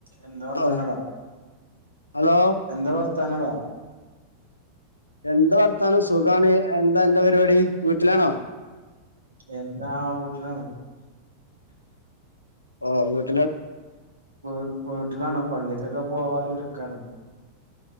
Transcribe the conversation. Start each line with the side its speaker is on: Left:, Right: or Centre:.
Right: എന്താ വർത്താനടാ
Left: ഓ ഹലോ
Right: എന്താ വർത്താനടാ
Left: എന്ത് വർത്താനം സുഖമാണ് എന്താ എന്താ പരിപാടി വീട്ടിലാണോ.
Right: എന്താ ആ വീട്ടിലാണ്
Left: ഓ ആയ
Right: വീ വീട്ടിലാണ് പള്ളിക്കൊക്കെ പോവാാലെ ഇരിക്കാണ്.